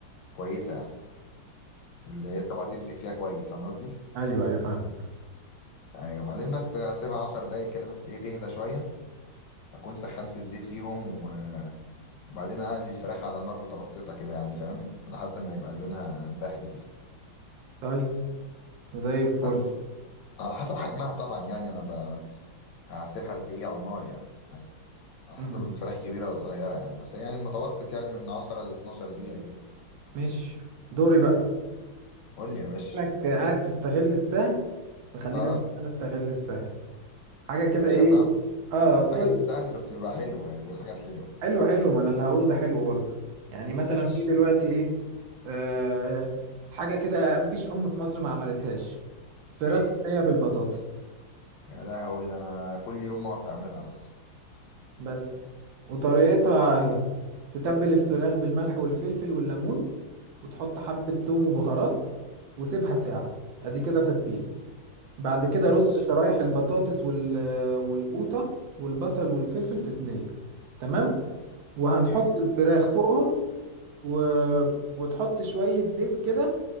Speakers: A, on the left; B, on the right.
A: كويسة يعني اللي هي الطبقة تمسك فيها كويس فاهم قصدي؟
B: ايوه ايوه فاهمك
A: ايوه وبعدين بس اسيبها عشر دقايق كده بس ايه تهدى شويه اكون سخنت الزيت فيهم و- وبعدين اقلي الفراخ على نار متوسطه كده يعني فاهم لحد ما يبقى لونها ذهبي كده
B: طيب زي الفل
A: بس على حسب حجمها طبعا يعني انا ب... هسيبها قد ايه على النار يعني يعني على
B: مم.
A: حسب الفراخ كبيره ولا صغيره يعني بس يعني المتوسط يعني من 10 ل 12 دقيقه كده
B: ماشي دوري بقى
A: قول لي يا باشا
B: انك قاعد تستغل السهل فخلينا
A: اه
B: انا استغل السهل حاجه
A: ماشي
B: كده ايه
A: عشان
B: اه
A: بستغل
B: كل
A: السهل بس بيبقى حلو يعني بقول حاجات حلوه
B: حلو حلو ما انا اللي هقوله ده حلو برضه يعني مثلا
A: ماشي
B: في دلوقتي ايه آه حاجه كده مفيش ام في مصر ما عملتهاش فراخ
A: ايه
B: صينيه بالبطاطس
A: يا لهوي ده انا كل يوم ما بتعملها اصلا
B: بس وطريقتها اهي تتبل الفراخ بالملح والفلفل والليمون وتحط حبة توم وبهارات وسيبها ساعة ادي كده تتبيلة بعد كده
A: ماشي
B: رص شرايح البطاطس وال... والقوطة والبصل والفلفل في صينية تمام وهنحط
A: اوكي
B: الفراخ فوقهم و... وتحط شوية زيت كده